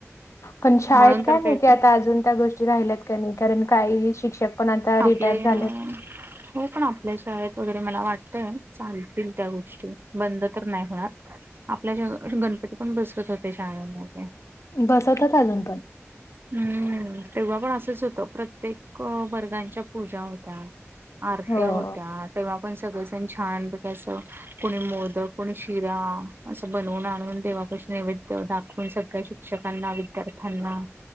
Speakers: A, on the left; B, on the right.
A: पण शाळेत
B: म्हणून
A: काय
B: तर
A: माहिती
B: ते
A: आता अजून त्या गोष्टी राहिल्यात का नाही, कारण काही शिक्षक पण आता
B: आपले
A: रिटायर
B: हो
A: झालेत.
B: पण आप आपल्या शाळेत वगैरे मला वाटतय चालतील त्या गोष्टी बंद तर नाही होणार. आपल्या अ गणपती पण बसवत होते शाळेमध्ये.
A: बसवतात अजून पण.
B: हम्म. तेव्हा पण असच होत प्रत्येक वर्गा दांच्या पूजा होत्या, आरत्या
A: हो
B: होत्या, तेव्हा पण सगळेजण छानपैकी अस कुणी मोदक, कुणी शिरा असं बनवून आणून देवापशी नैवेद्य दाखवून सगळी अशी शिक्षकांना विद्यार्थ्यांना